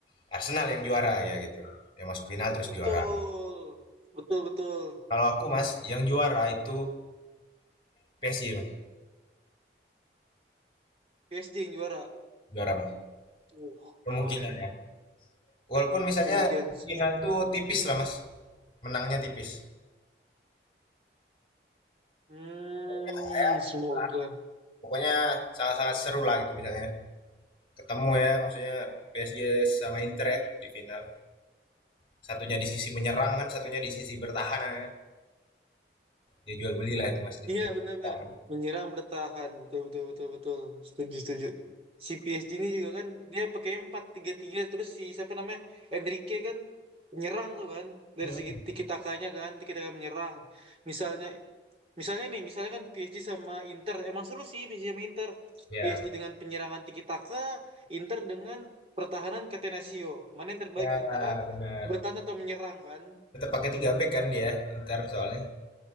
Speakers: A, on the left; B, on the right.
A: Arsenal yang juara ya gitu. Yang masuk final terus
B: betul.
A: juara.
B: Betul betul.
A: Kalau aku Mas yang juara itu PSG Mas.
B: PSG yang juara.
A: Juara Mas.
B: Uh,
A: Kemungkinan
B: ah,
A: ya. Walaupun misalnya
B: kemungkinan. sih.
A: final tuh tipis lah Mas. Menangnya tipis.
B: Hmm,
A: Ya, ya,
B: semoga.
A: pokoknya sangat-sangat seru lah gitu misalnya. Ketemu ya maksudnya PSG sama Inter ya di final. Satunya di sisi menyerang kan, satunya di sisi bertahan kan. Ya jual beli lah itu Mas. Dia
B: Iya
A: jual bertahan.
B: benar-benar menyerang bertahan betul betul betul betul setuju setuju. Si P S G ini juga kan dia pakai empat tiga tiga terus si siapa namanya Enrique kan menyerang tuh kan dari
A: Mhm.
B: segi tiki takanya kan tiki taka menyerang. Misalnya misalnya nih misalnya kan P S G sama Inter emang seru sih P S G sama Inter.
A: Ya,
B: P S G dengan penyerangan tiki taka, Inter dengan pertahanan Catenaccio. Mana yang terbaik
A: ya
B: antara
A: benar.
B: bertahan atau menyerang kan?
A: Tetap pakai 3 back kan dia Inter soalnya.